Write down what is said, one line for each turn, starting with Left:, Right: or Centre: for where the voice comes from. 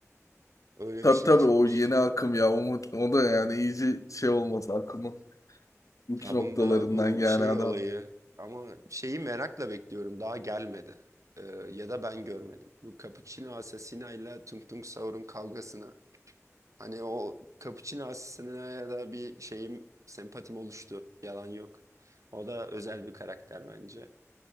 Right: Öyle
Left: Tabii
Right: bir şey
Left: tabii
Right: çıkmış.
Left: o yeni akım ya. O, mu- o da yani iyice şey olmaz akımı. uç
Right: Ya
Left: noktalarından
Right: bunda bu
Left: yani
Right: şey
Left: adam.
Right: olayı ama şeyi merakla bekliyorum. Daha gelmedi. Ee, ya da ben görmedim. Bu Cappuccino Assassina ile Tung Tung Saur'un kavgasına. Hani o Cappuccino Assassina'ya da bir şeyim sempatim oluştu. Yalan yok. O da özel bir karakter bence.